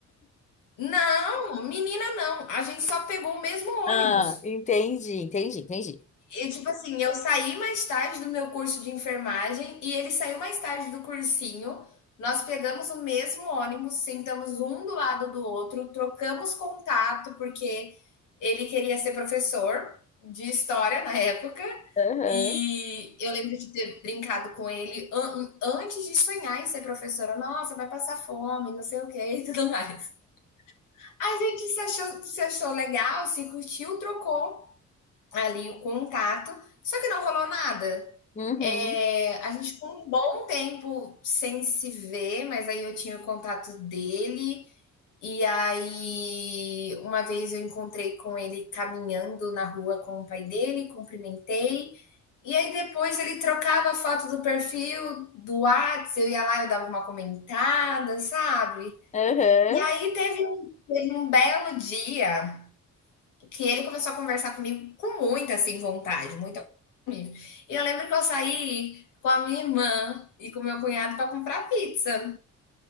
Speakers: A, on the left; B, on the left.
A: Não, menina, não. A gente só pegou o mesmo
B: Ah,
A: ônibus.
B: entendi, entendi, entendi.
A: E tipo assim, eu saí mais tarde do meu curso de enfermagem e ele saiu mais tarde do cursinho. Nós pegamos o mesmo ônibus, sentamos um do lado do outro, trocamos contato, porque ele queria ser professor de história na época.
B: Aham,
A: E eu lembro de ter brincado com ele an- antes de sonhar em ser professora. Nossa, vai passar fome, não sei o que e tudo mais. A gente se achou, se achou legal, se curtiu, trocou ali o contato, só que não rolou nada.
B: Uhum,
A: É, a gente ficou um bom tempo sem se ver, mas aí eu tinha o contato dele. E aí, uma vez eu encontrei com ele caminhando na rua com o pai dele, cumprimentei. E aí, depois ele trocava a foto do perfil do WhatsApp, eu ia lá, eu dava uma comentada, sabe?
B: aham.
A: E aí, teve um, teve um belo dia que ele começou a conversar comigo com muita assim, vontade, muito e eu lembro que eu saí com a minha irmã e com o meu cunhado para comprar pizza.